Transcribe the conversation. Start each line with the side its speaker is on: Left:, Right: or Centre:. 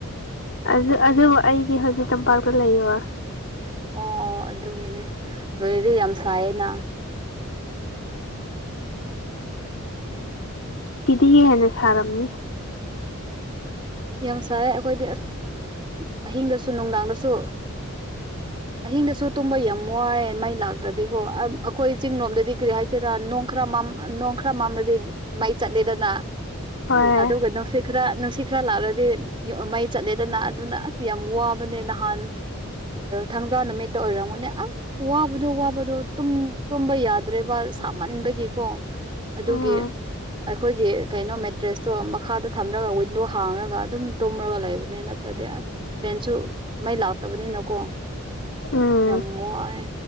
Left: ꯑꯗꯨ ꯑꯗꯨꯕꯨ ꯑꯩꯗꯤ ꯍꯧꯖꯤꯛ ꯇꯝꯄꯥꯛꯇ ꯂꯩꯕ
Right: ꯑꯣ ꯑꯣ ꯑꯗꯨꯒꯤꯅꯦ ꯅꯣꯏꯗꯤ ꯌꯥꯝ ꯁꯥꯏꯌꯦꯅ
Left: ꯁꯤꯤꯗꯤꯒ ꯍꯦꯟꯅ ꯁꯥꯔꯝꯅꯤ
Right: ꯌꯥꯝ ꯁꯔꯦ ꯑꯩꯈꯣꯏꯗꯤ ꯑꯁ ꯑꯍꯤꯡꯗꯁꯨ ꯅꯨꯡꯗꯥꯡꯗꯁꯨ
Left: ꯎꯝ
Right: ꯑꯍꯤꯡꯗꯁꯨ ꯇꯨꯝꯕ ꯌꯥꯝ ꯋꯥꯏꯦ ꯃꯩ ꯂꯥꯛꯇ꯭ꯔꯗꯤꯀꯣ ꯑꯩꯈꯣꯏ ꯆꯤꯡꯔꯣꯝꯗꯗꯤ ꯀꯔꯤ ꯍꯥꯏꯁꯤꯔꯥ ꯈꯔ ꯅꯣꯡ ꯈꯔ ꯃꯥꯝꯂꯗꯤ ꯃꯥꯏ ꯆꯠꯂꯦꯗꯅ
Left: ꯍꯣꯏ
Right: ꯑꯗꯨꯒ ꯅꯨꯡꯁꯤꯠ ꯈꯔ ꯅꯨꯡꯁꯤꯠ ꯈꯔ ꯂꯥꯛꯂꯗꯤ ꯃꯩ ꯆꯠꯂꯦꯗꯅ ꯑꯗꯨꯅ ꯑꯁ ꯌꯥꯝ ꯋꯥꯕꯅꯦ ꯅꯍꯥꯟ ꯊꯥꯡꯖꯥ ꯅꯨꯃꯤꯠꯇ ꯑꯣꯏꯔꯝꯃꯨꯅꯦ ꯑꯁ ꯋꯥꯕꯗꯣ ꯋꯥꯕꯗꯣ ꯇꯨꯝꯕ ꯌꯥꯗ꯭ꯔꯦꯕ ꯁꯥꯃꯟꯕꯒꯤꯀꯣ ꯑꯗꯨꯒꯤ
Left: ꯎꯝ
Right: ꯑꯩꯈꯣꯏꯒꯤ ꯀꯩꯅꯣ ꯃꯦꯇ꯭ꯔꯦꯁꯇꯣ ꯃꯈꯥꯗ ꯊꯝꯂꯒ ꯋꯤꯟꯗꯣ ꯈꯔꯒ ꯑꯗꯨꯝ ꯇꯨꯝꯃꯒ ꯂꯩꯕꯅꯤ ꯅꯠꯇ꯭ꯔꯗꯤ ꯑꯁ ꯐꯦꯟꯁꯨ ꯃꯩ ꯂꯥꯛꯇꯕꯅꯤꯅꯀꯣ
Left: ꯎꯝ
Right: ꯌꯥꯝ ꯋꯥꯑꯦ